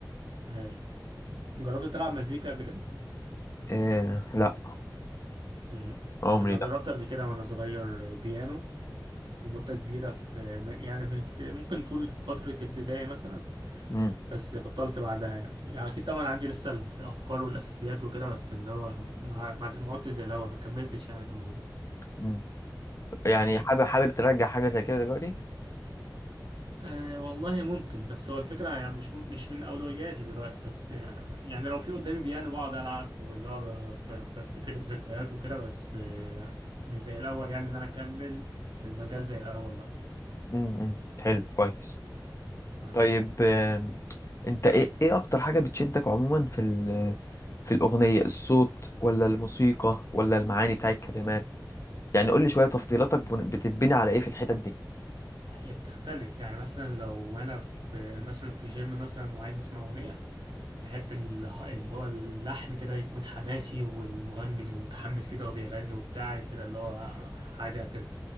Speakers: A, on the right; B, on the left.
A: أي. جربت تلعب مزيكا قبل كده؟
B: إيه لا
A: مم.
B: عمري
A: أنا
B: لا
A: جربت قبل كده وأنا صغير بيانو لمدة كبيرة في م- يعني في ممكن طول فترة ابتدائي مثلا
B: مم.
A: بس بطلت بعدها يعني, يعني أكيد طبعا عندي لسه الأفكار والأساسيات وكده بس اللي هو ما ما عدت- ما عدتش زي الأول ما كملتش يعني في الموضوع
B: مم. يعني
A: أي.
B: حابب حابب ترجع حاجه زي كده دلوقتي
A: آه والله ممكن بس هو الفكرة يعني مش مش من أولوياتي دلوقتي بس يعني, يعني لو في قدامي بيانو بقعد ألعب واللي هو ب- ب- بفتكر الذكريات وكده بس آه مش زي الأول يعني إن أنا أكمل في المجال زي الأول لأ
B: مم. مم. حلو كويس
A: أيوة.
B: طيب آم، انت ايه ايه اكتر حاجة بتشدك عموما في ال- في الأغنية الصوت ولا الموسيقى ولا المعاني بتاع الكلمات يعني قول لي شوية تفضيلاتك بن- بتبني على ايه في الحتت دي
A: هي بتختلف يعني مثلا لو أنا في مثلا في جيم مثلا وعايز أسمع أغنية بحب ال- اللي هو اللحن كده يكون حماسي والمغني متحمس كده وبيغني وبتاع كده اللي هو حاجة كده